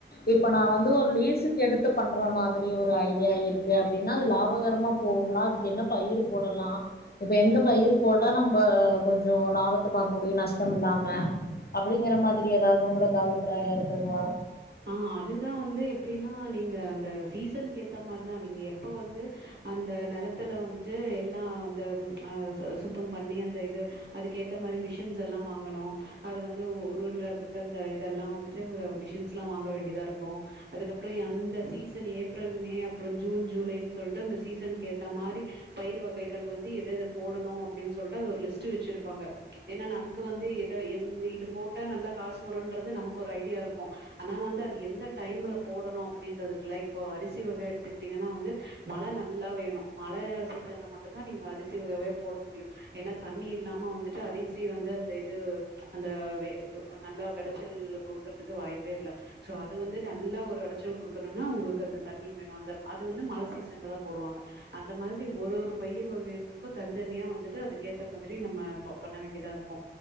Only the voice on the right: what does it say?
ஆ அதுதா வந்து எப்டின்னா நீங்க அந்த சீசன்க்கு ஏத்த மாரிதா நீங்க எப்ப வந்து அந்த நெலத்துல வந்துட்டு எல்லா அந்த அ சுத்தம் பண்ணி அந்த இது அதுக்கேத்த மாரி மிஷின்ஸ் எல்லா வாங்கணு அது வந்து உருள்றதுக்கு அந்த இதெல்லா வந்துட்டு மிஷின்ஸ்லா வாங்க வேண்டியதா இருக்கு அதுக்கப்புற எந்த சீசன் ஏப்ரல் மே அப்புற ஜூன் ஜூலைன் சொல்ட்டு அந்த சீசன்க்கு ஏத்த மாரி பயிர் வகைகள் வந்து எது எது போடணு அப்டின்னு சொல்ட்டு அது ஒரு லிஸ்ட் வெச்சிருப்பாங்க ஏன்னா நமக்கு வந்து எத எந்த இது போட்டா நல்லா காசு வருன்றது நமக்கு ஒரு ஐடியா இருக்கு ஆனா வந்து அது எந்த டைம்ல போடணு அப்டின்றதுக்குல்ல இப்ப அரிசி வக எடுத்துக்கிட்டீங்கன்னா வந்து மழ நல்லா வேணு மழ சீசன்ல மட்டுதா நீங்க அரிசி வகையவே போட முடியு ஏன்னா தண்ணி இல்லாம வந்துட்டு அரிசி வந்து அந்த இது அந்த வெ இது நல்லா வெளச்சல் குடுக்குறதுக்கு வாய்ப்பே இல்ல சோ அது வந்து நல்லா ஒரு வெளச்சல் குடுக்கணுனா உங்களுக்கு அந்த தண்ணி வேணு அந்த அது வந்து மழ சீசன்ல தா போடுவாங்க அந்த மாதிரி ஒரு ஒரு பயிர் வகைகளுக்கு தனித்தனியா வந்துட்டு அதுக்கேத்த மாதிரி நம்ம ப பண்ண வேண்டியதா இருக்கு